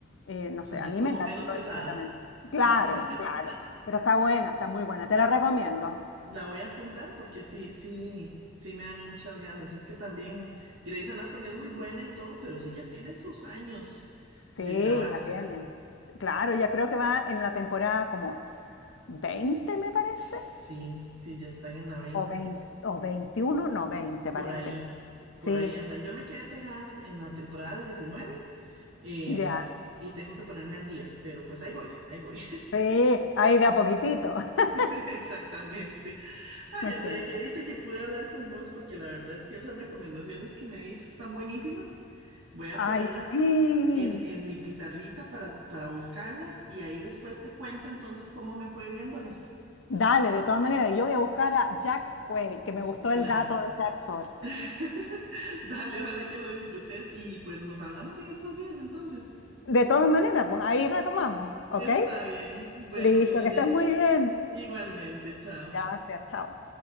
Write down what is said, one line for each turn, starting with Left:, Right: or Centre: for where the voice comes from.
Left: Eh, no
Right: <laughs>
Left: sé, a mí
Right: Como
Left: me enganchó
Right: menos pesada.
Left: inmediatamente. Claro,
Right: <laughs>
Left: claro. Pero está buena, está muy buena. Te la recomiendo.
Right: La voy a apuntar porque sí, sí, sí me dan muchas ganas. Es que también Grey's Anatomy es muy buena y todo, pero sí ya tiene sus años de
Left: Sí,
Right: grabarse.
Left: ya tiene. Claro, ya creo que va en la temporada como Veinte me parece,
Right: Sí, sí, ya están en la veinte,
Left: o, 20 o 21 no, 20
Right: Por
Left: parece
Right: ahí,
Left: que.
Right: por
Left: Sí,
Right: ahí andan. Yo me quedé pegada en la, en la temporada diecinueve em,
Left: ya.
Right: y tengo que ponerme al día, pero pues ahí voy, ahí voy.
Left: Sí, ahí de a poquitito.
Right: <laughs>
Left: <laughs>
Right: Exactamente. Ay,
Left: Imagínate.
Right: Andrea, qué dicha que pude hablar con vos, porque la verdad es que esas recomendaciones que me diste están buenísimas. Voy a ponerlas
Left: Ay, sí.
Right: a- en, en mi pizarrita para, para buscarlas y ahí después te cuento entonces cómo me fue viéndolas.
Left: Dale, de todas maneras, yo voy a buscar a Jack Quaid, que me gustó
Right: Claro.
Left: el dato de ese actor.
Right: <laughs> Dale, ojalá que lo disfrutes y pues nos hablamos en estos días entonces.
Left: De todas maneras, pues ahí retomamos, ¿ok?
Right: Está bien. Bueno,
Left: Listo,
Right: mi niña,
Left: que estés muy bien.
Right: igualmente, chao.
Left: Gracias, chao.